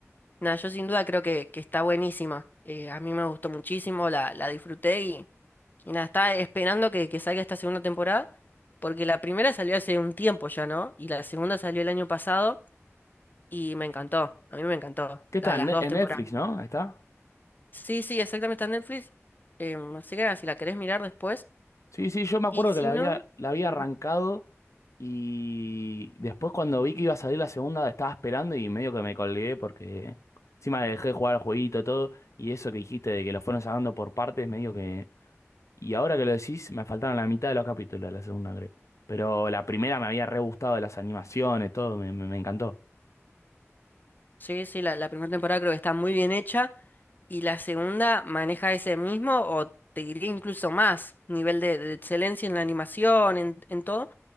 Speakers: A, on the left; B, on the left.
A: nada, yo sin duda creo que, que está buenísima. Eh, a mí me gustó muchísimo, la, la disfruté y, y nada, estaba esperando que, que salga esta segunda temporada, porque la primera salió hace un tiempo ya, ¿no? Y la segunda salió el año pasado y me encantó, a mí me encantó,
B: ¿Qué está?
A: la- las
B: En Ne-
A: dos
B: en
A: temporadas.
B: Netflix, ¿no? Ahí ¿Está?
A: Sí, sí, exactamente, está en Netflix. Em, así que nada, si la querés mirar después.
B: Sí, sí, yo me acuerdo
A: Y si
B: que la
A: no,
B: había, la había
A: Ujú.
B: arrancado y después cuando vi que iba a salir la segunda estaba esperando y medio que me colgué porque encima dejé de jugar al jueguito todo y eso que dijiste de que lo fueron sacando por partes, medio que... Y ahora que lo decís, me faltaron la mitad de los capítulos de la segunda, creo. Pero la primera me había re gustado de las animaciones, todo, me, me me encantó.
A: sí, sí, la, la primera temporada creo que está muy bien hecha. Y la segunda maneja ese mismo, o te diría incluso más, nivel de, de excelencia en la animación, en, en todo.